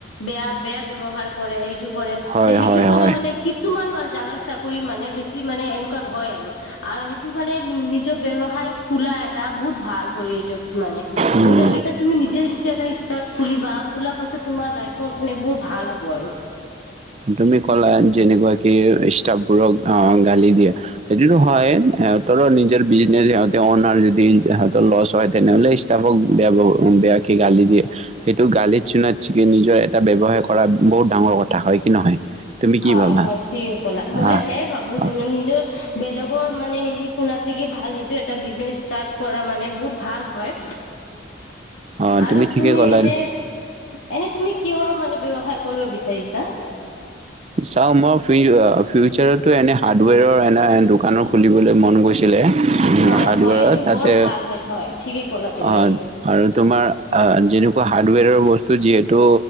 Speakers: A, on the left; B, on the right.
A: বেয়া বেয়া ব্যৱহাৰ কৰে সেইটো কৰে
B: হয়
A: তে সেইটো
B: হয়
A: কাৰণে
B: হয়
A: মানে কিছুমান মান জাগা চাকৰি মানে বেছি মানে এনেকুৱা হয় আৰু। আৰু সেইটো কাৰণে নিজৰ ব্যৱসায় খোলা এটা বহুত ভাল প্ৰয়জন মানে। সেনেকুৱা
B: উম
A: কিতাত তুমি নিজে যেতিয়া এটা ষ্টাৰ্ট খুলিবা খোলাৰ পাছত তোমাৰ লাইফৰ কাৰণে বহুত ভাল হ'ব আৰু।
B: তুমি ক'লা যেনেকুৱা কি ষ্টাফ বোৰক আহ, গালি দিয়ে। সেইটো টো হয়, সিহঁতৰো নিজৰ বিজনেছ সিহঁতে অনাৰ যদি সিহঁতৰ লছ হয় তেনেহ'লে ষ্টা ষ্টাফক বেয়া বেয়াকে গালি দিয়ে। সেইটো গালিত সুনাৎসেকে নিজৰ এটা ব্যয়ৱসায় কৰা বহুত ডাঙৰ কথা হয় কি নহয়? তুমি কি
A: হয়,
B: ভাবা
A: হয়, ঠিকে ক'লা মই
B: আহ
A: সেয়ে ভাবো
B: অ
A: যে মান নিজৰ বেলেগৰ মানে হেৰি শুনাছে কি ভাল নিজে এটা বিজনেচ ষ্টাৰ্ট কৰা মানে বহুত ভাল হয়।
B: অ,
A: আৰু
B: ঠিকে
A: তুমি
B: ক'লা
A: এনে এনে তুমি কিহৰ মানে ব্যৱসায় কৰিব বিচাৰিছা?
B: চাও মই ফিউ অ', ফিউচাৰত টো এনে হাৰ্ডৱেৰৰ এনাহেন দোকানো খুলিবলৈ মন গৈছিলে।
A: হয়,
B: হাৰ্ডৱেৰৰ
A: হয়, এইটো
B: তাতে
A: বৰ ভাল হয়, হয়, ঠিকে ক'লা
B: অ'
A: তুমি।
B: আৰু তোমাৰ অ', যেনেকুৱা হাৰ্ডৱেৰৰ বস্তু যিহেতু